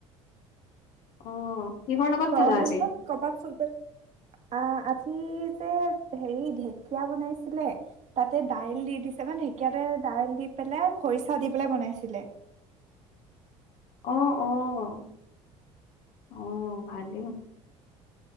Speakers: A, on the left; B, on the right.
A: অ'। কিহৰ লগত
B: গৰম
A: খালা
B: বন্ধত
A: আজি
B: কৰবাত ফুৰিব আ আজ কি যে হেৰি ঢেঁকীয়া বনাইছিলে, তাতে দাইল দি দিছে মানে ঢেঁকীয়াতে দাইল দি পেলাই খৰিচা দি পেলাই বনাইছিলে।
A: অ', অ', অ', ভাল দেখোন।